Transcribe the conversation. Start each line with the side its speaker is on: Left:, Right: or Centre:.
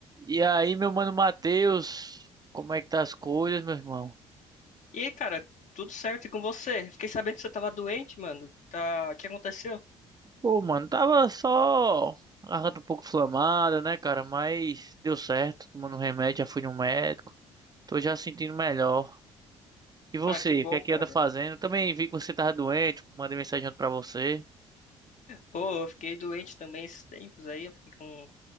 Right: E aí, meu mano Matheus, como é que tá as coisas, meu irmão?
Left: E aí, cara, tudo certo e com você? Fiquei sabendo que você tava doente, mano. Tá, o que aconteceu?
Right: Pô, mano, tava só a garganta um pouco inflamada, né, cara? Mas deu certo, tomando um remédio, já fui no médico. Tô já sentindo melhor. E você,
Left: Ah, que bom,
Right: o que é que
Left: cara.
Right: anda fazendo? Também vi que você tava doente, mandei mensagem ontem pra você.
Left: Pô, eu fiquei doente também esses tempos aí, eu fiquei com